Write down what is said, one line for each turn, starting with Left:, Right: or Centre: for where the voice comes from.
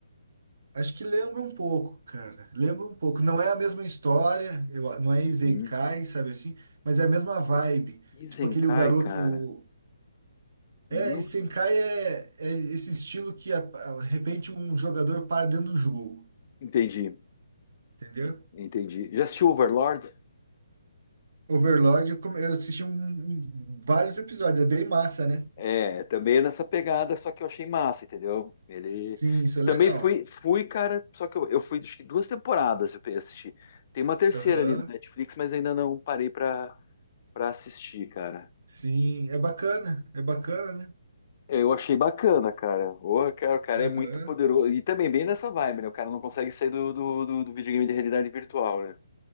Right: Acho que lembra um pouco, cara. Lembra um pouco. Não é a mesma história, eu, não é
Left: Uhum.
Right: Isenkai, sabe assim? Mas é a mesma vibe.
Left: Izenkai,
Right: Tipo aquele o garoto.
Left: cara.
Right: o-
Left: Não
Right: É, Isenkai é, é esse estilo que, a- a- de repente, um jogador para dentro do jogo.
Left: entendi,
Right: Entendeu?
Left: entendi. Já assistiu Overlord?
Right: Overlord, eu, come- eu assisti um- um- vários episódios. É bem massa, né?
Left: É, também é nessa pegada, só que eu achei massa, entendeu? Ele
Right: Sim, isso é legal.
Left: também fui, fui, cara, só que eu, eu fui acho que duas temporadas eu pe- assisti. Tem uma terceira
Right: Aham.
Left: ali no Netflix, mas ainda não parei pra, pra assistir, cara.
Right: Sim, é bacana. É bacana, né?
Left: É, Eu achei bacana, cara. Porra, cara, o cara
Right: Aham.
Left: é muito poderoso. E também bem nessa vibe, né? O cara não consegue sair do, do, do- do videogame de realidade virtual, né?